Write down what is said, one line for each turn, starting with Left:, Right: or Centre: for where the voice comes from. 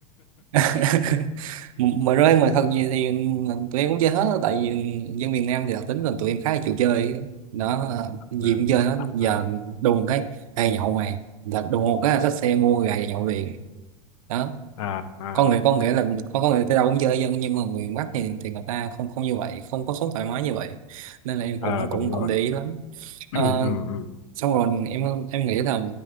Right: <laughs> mời rơi mời thật nhiều thì ờ, tụi em cũng chơi hết tại vì dân miền Nam thì đặc tính là tụi em khá là chịu chơi đó ờ,
Left: <laughs>
Right: gì cũng chơi hết giờ
Left: à.
Right: đùng cái ê nhậu mày là đùng một cái là xách xe mua gà nhậu liền đó
Left: à à
Right: con người con nghĩa là con có người tới đâu cũng chơi dân nhưng mà người Bắc thì thì người ta không không như vậy không có sống thoải mái như vậy nên là em cũng
Left: à, đúng
Right: cũng cũng
Left: rồi
Right: để ý lắm Ờ,
Left: <clears throat> ừ, ừ,
Right: xong rồi em em nghĩ là